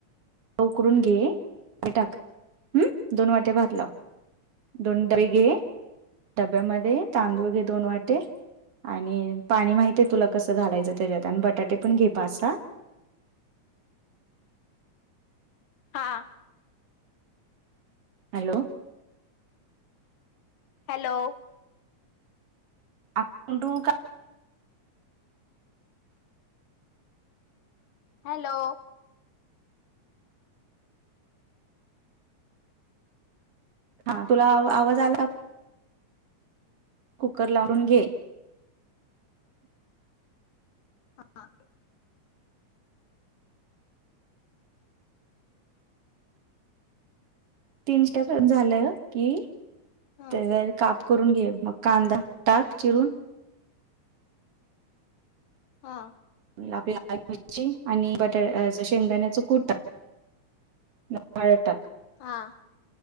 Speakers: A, on the right; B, on the left.
A: उकरून घे आणि टाक हम् दोन वाटे भात लाव. दोन <unintelligible> घे डब्यामध्ये तांदूळ घे दोन वाटे आणि पाणी माहित आहे तुला कसं घालायचं तेज्यात आणि बटाटे पण घे पाच साह.
B: हा.
A: हॅलो.
B: हॅलो!
A: <unintelligible>
B: हॅलो!
A: हा तुला आवाज आला? कुकर लावून घे
B: हा.
A: तीन स्टक झालं की
B: हा
A: त्याजावरी काप करून घे मग कांदा टाक चिरून.
B: हा.
A: आपल्याईची <unintelligible> आणि बटर अ अस शेंगदाण्याचं कुट. टाक. <unintelligible>
B: हा.